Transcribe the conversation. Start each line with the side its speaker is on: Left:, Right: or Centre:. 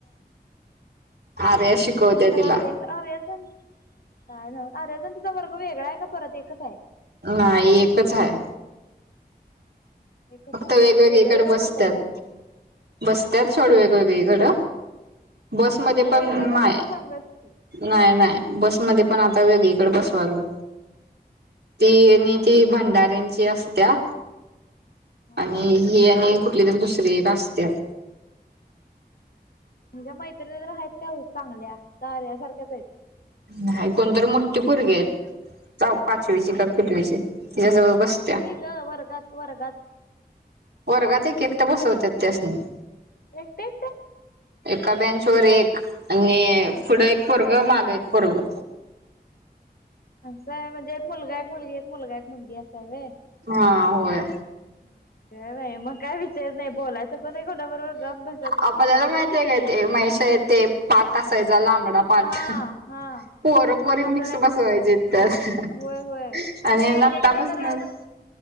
Right: आर्या शिकवत्या तिला
Left: आर्या आरयचन काय नव्हत आरयचन तिचा वर्ग वेगळा आहे का परत एकच आहे.
Right: नाही एकच हाय.
Left: एकच
Right: फक्त
Left: आहे व्हय
Right: वेगवेगळे
Left: वेगळं
Right: इकडे
Left: वेगळ्या
Right: बसतात
Left: बसवल्यात
Right: बसत्यात सोड
Left: हा
Right: वेगवेगळे. गड बसमध्ये
Left: खरं
Right: पण
Left: येता जाता
Right: नाय.
Left: तर संघच की
Right: नाय नाय बसमध्ये पण आता वेगळीकडे बसवाली ती
Left: हा
Right: आणि ती भंडार्यांचे असत्या
Left: हा
Right: आणि ही आणि कुठली तरी दुसरी असत्यात.
Left: म्हणझ्या मैत्रिणी तर आहेत काय हो चांगल्या का यासारख्याच आहेत.
Right: नाही कोणत मोठीे पोरगी आहेत जा पाचवीचे का कितवीचे तिच्याजवळ बसते.
Left: ही ग वरगाात वरगात
Right: वर्गात एक एकट बसवतात त्यास नाही.
Left: एक ते
Right: एका बँचवरर एक आणि
Left: अगं
Right: पुढं
Left: बाई
Right: एक पोरगं मागं एक पोरग.
Left: असं आहे म्हणजे एक मुलगा एक मुलगी एक मुलगा एक मुलगी असा आहेे.
Right: हा होय.
Left: हा का नाही मग काय विचारत नाही बोलायचं पण कोठ बरोबर गप भसत
Right: आपल्याला
Left: लागल
Right: माहित आहे काय ते म्हहिश ते पाठ असायचा लांबडा पाठ
Left: हा हा
Right: पोरपोरीत मिक्स
Left: आपल्याला एक
Right: बसवायचे
Left: मुलगा
Right: तरत
Left: होय होय
Right: आणि
Left: एक
Right: आतापसून
Left: एकदा तर